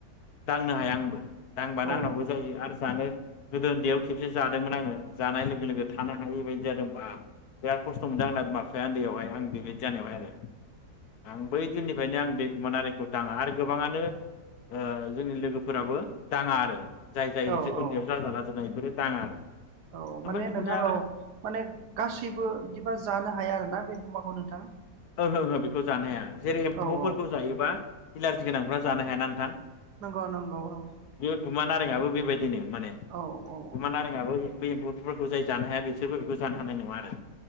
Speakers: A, on the left; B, on the right.
A: दांनो हाया आंबो। दांबानो
B: औ
A: आंनावबो जायो आरो जानो गोदो उन्दैयाव खेबसे जा बायमोन आङो। जानाय लोगो लोगो थानो हायै बायदि जादोंबाब बिराद खस्थ' मोनदों आंना बिमा बिफाया उन्दैयावहाय आं। बेबायदि जानायावहाय आरो। आं बै दिननिफ्रायनो आं बे गुमा नारेंखौ दाङा आरो गोबाङानो आ जोंनि लोगोफो फोराबो दाङा आरो। जाय जाय
B: औ औ
A: उन्दैयाव जाजाला जोबनाय इफोरो दाङा आरो।
B: औ
A: ओमफ्राय
B: माने नोंथां
A: बिदिनो आरो
B: औ माने गासैबो बिदिबा जानो हाया आरोना बे गुमाखौ नोंथां।
A: ओहो ओहो बेखौ जानो हाया। जेरै एम्फौफोरखौ
B: औ औ
A: जायोबा इलारजि गोनांफ्रा जानो हायाना नोंथां?
B: नंगौ नंगौ औ।
A: गुमा नारेङाबो बेबायदिनो। माने
B: औ औ
A: गुमा नारेङाबो बेबा बे एम्फौफोरखौ जाय जानो हाया बिसोरबो बेखौ जानो हानाय नङा आरो।